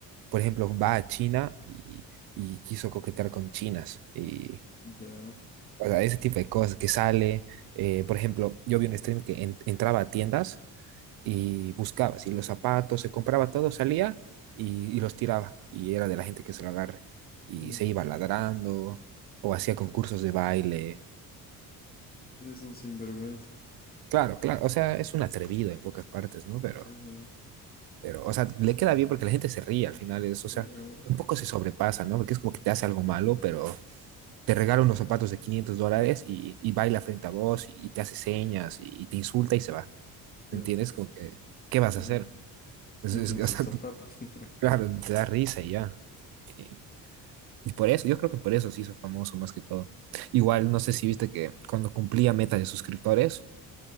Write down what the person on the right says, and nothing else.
por ejemplo, va a China y, y quiso coquetear con chinas. Y,
o sea, ese tipo de cosas que sale. eh, por ejemplo, yo vi un stream que en- entraba a tiendas y buscaba, si los zapatos, se compraba todo, salía y, y los tiraba. Y era de la gente que se lo agarre. Y
se iba ladrando o hacía concursos de baile.
Claro, claro, o sea, es un atrevido en pocas partes, ¿no? Pero,
pero, o sea, le queda bien porque la gente se ríe al final, es, o sea,
un poco se sobrepasa, ¿no? Porque es como que te hace algo malo, pero te regala unos zapatos de 500 dólares y, y baila frente a vos y, y te hace señas y, y te insulta y se va.
¿Me entiendes? Como que, ¿qué vas
a hacer? Es,
es
bastante,
<laughs> claro, te da risa y ya. Y, y por eso, yo creo que por eso se hizo famoso más que todo. Igual, no sé si viste que cuando cumplía meta de suscriptores,